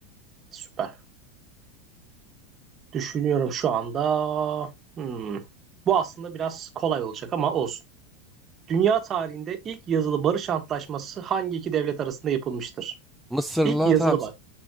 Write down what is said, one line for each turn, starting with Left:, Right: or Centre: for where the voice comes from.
Right: Süper. Düşünüyorum şu anda. Hmm. Bu aslında biraz kolay olacak ama olsun. Dünya tarihinde ilk yazılı barış antlaşması hangi iki devlet arasında yapılmıştır?
Centre: Mısır'la
Right: İlk yazılı
Centre: tamam. sen-
Right: bak.